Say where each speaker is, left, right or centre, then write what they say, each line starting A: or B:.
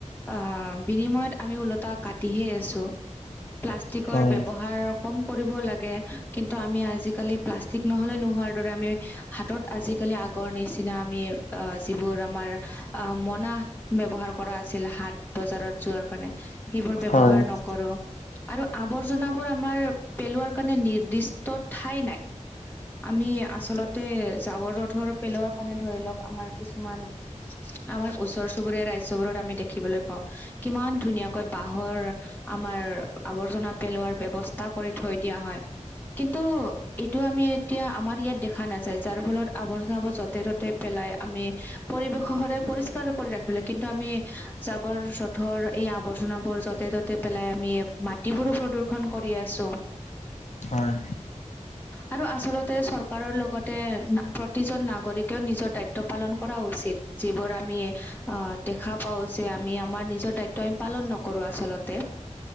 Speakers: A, on the left; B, on the left.
A: আহ, বিনিময়ত আমি ওলোটা কাটিহে আছোঁ। প্লাষ্টিকৰ
B: হয়
A: ব্যৱহাৰ কম কৰিব লাগে কিন্তু আমি আজিকালি- প্লাষ্টিক নহ'লে নোহোৱাৰ দৰে আমি হাতত আজিকালি আগৰ নিচিনা আমি আ্হ যিবোৰ আমাৰ অ মনা ব্যৱহাৰ কৰা আছিল, হাত বজাৰত যোৱাৰ কাৰণে সেইবোৰ ব্যৱহাৰ
B: হয়
A: নকৰোঁ। আৰু আৱৰ্জনাবোৰ আমাৰ পেলোৱাৰ কাৰণে নিৰ্দিষ্ট ঠাই নাই। আমি আচলতে জাবৰ-জোঁথৰ পেলোৱাৰ কাৰণে ধৰি লওঁক, আমাৰ কিছুমান আমাৰ ওচৰ চুবুৰীয়া ৰাজ্যবোৰত আমি দেখিবলৈ পাওঁ, কিমান ধুনীয়াকৈ বাহ বাহৰ আমাৰ আৱৰ্জনা পেলোৱাৰ ব্যৱস্থা কৰি থৈ দিয়া হয়। কিন্তু এইটো আমি এতিয়া আমাৰ ইয়াত দেখা নাযায়, যাৰ ফলত আৱৰ্জনাবোৰ য'তে ত' পেলাই, আমি পৰিৱেশ সদায় পৰিষ্কাৰ কৰি ৰাখিব লাগে কিন্তু আমি জাবৰ-জোঁথৰ এই আৱৰ্জনাবোৰ বোৰ য'তে ত'তে পেলাই আমি মাটিবোৰো প্ৰদূ্ষন কৰি আছোঁ।
B: হয়,
A: আৰু আচলতে চৰকাৰৰ লগতে প্ৰতিজন নাগৰিকেও নিজৰ দায়িত্ব পালন কৰা উচিত। যিবোৰ আমি অ'দেখা পাওঁ যে আমি আমাৰ নিজৰ দায়িত্ব আমি পালন নকৰোঁ। নকৰোঁ আচলতে।